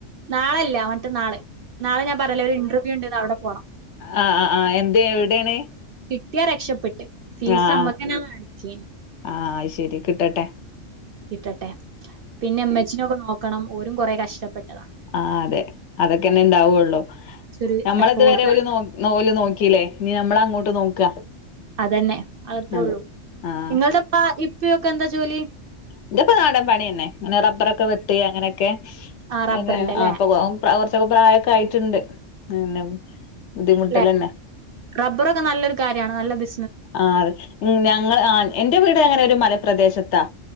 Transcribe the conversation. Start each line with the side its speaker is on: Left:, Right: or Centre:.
Right: നാളല്ല മറ്റന്നാള് നാളെ ഞാൻ പറയലേ ഒരു ഇന്റർവ്യൂ ഉണ്ട്ന്ന് അവിടെ പോണം.
Left: ആ ആ ആഹ് എന്ത് എവിടെയാണ്?
Right: കിട്ടിയാ രക്ഷപ്പെട്ട് ഫീസ്
Left: ആഹ് ആഹ്
Right: അമ്മക്കന്ന അടുക്കെനി.
Left: ആഹ് ശരി കിട്ടട്ടെ.
Right: കിട്ടട്ടെ പിന്നെ എമ്മച്ചിനൊക്കെ നോക്കണം ഓരും കുറെ കഷ്ടപ്പെട്ടതാ.
Left: ആ അതെ അതൊക്കെന്നെ ഇണ്ടാവുള്ളൂ.
Right: കൊറച്ചൊരു
Left: നമ്മള
Right: എഫോർട്ട്
Left: ഇതുവരെ ഓല് നോ നോക്കില്ലേ ഇനി നമ്മളങ്ങോട്ട് നോക്ക.
Right: അതെന്നെ അത്രേ
Left: അതെ
Right: ഉള്ളൂ.
Left: ആഹ്
Right: നിങ്ങളുടെ പ ഇപ്പ ഒക്കെ എന്താ ജോലി?
Left: ഇന്റെപ്പപ്പോ നാടൻ പണിന്നെ അങ്ങനെ റബറൊക്കെ വെട്ട അങ്ങനെ ക്കെ
Right: ആ റബ്ബറിന്റെ
Left: പിന്നെ
Right: ല്ലേ?
Left: ആപ്പൊ കുറച്ചൊക്കെ പ്രായൊക്കെ ആയിട്ടുണ്ട്. പിന്നെ ബുദ്ധിമുട്ടലന്നെ
Right: അല്ല റബ്ബറൊക്കെ നല്ലൊരു കാര്യാണ് നല്ല ബി
Left: ആ അത ഞങ്ങ ആ എന്റെ വീട് അങ്ങനെ ഒരു മലപ്രദേശത്താ.